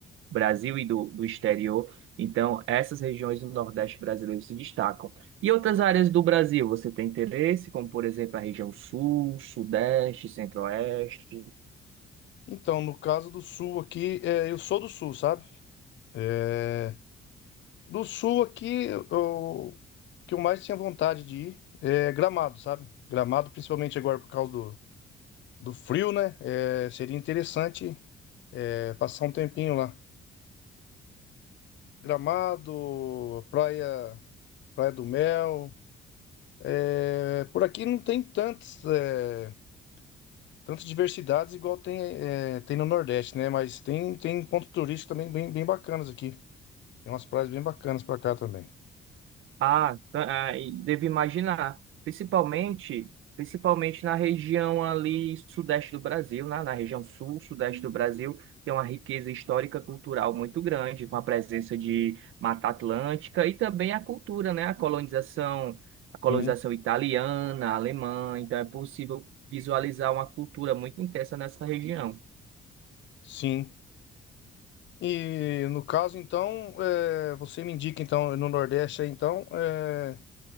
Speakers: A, on the right; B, on the left.
A: Brasil e do, do exterior. Então, essas regiões do Nordeste brasileiro se destacam. E outras áreas do Brasil, você tem interesse, como, por exemplo, a região Sul, Sudeste, Centro-Oeste?
B: Então, no caso do Sul aqui, é, eu sou do Sul, sabe? É, do Sul aqui, eu- o que eu mais tinha vontade de ir é Gramado, sabe? Gramado, principalmente agora por causa do, do frio, né? É, seria interessante é, passar um tempinho lá. Gramado, Praia, Praia do Mel. É, por aqui não tem tantos. É, tantas diversidades igual tem, é, tem no Nordeste, né? Mas tem, tem ponto turístico também bem, bem bacanas aqui. Tem umas praias bem bacanas pra cá também.
A: Ah, tá- ah, e devo imaginar, principalmente, principalmente na região ali sudeste do Brasil, né? Na região sul, sudeste do Brasil, tem uma riqueza histórica cultural muito grande, com a presença de Mata Atlântica e também a cultura, né? A colonização, a colonização
B: Sim,
A: italiana, alemã, então é possível visualizar uma cultura muito intensa nessa região.
B: sim. E no caso, então, é, você me indica, então, no Nordeste aí, então, é,